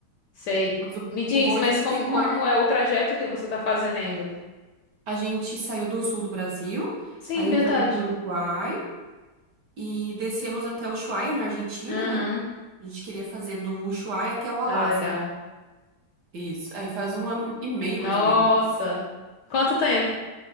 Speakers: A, on the left; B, on the right.
A: Sei.
B: Mas o,
A: Me diz,
B: o bom
A: mas
B: é que aqui
A: como,
B: tem o
A: como
B: mar.
A: é o trajeto que você tá fazendo?
B: A gente saiu do sul do Brasil,
A: Sim,
B: aí entramos
A: verdade.
B: no Uruguai e descemos até Ushuaia, na Argentina,
A: Aham.
B: né? A gente queria fazer do Ushuaia até o Alasca.
A: Ah, legal.
B: Isso. Aí faz um ano e meio,
A: Nossa.
B: mais ou menos.
A: Quanto tempo?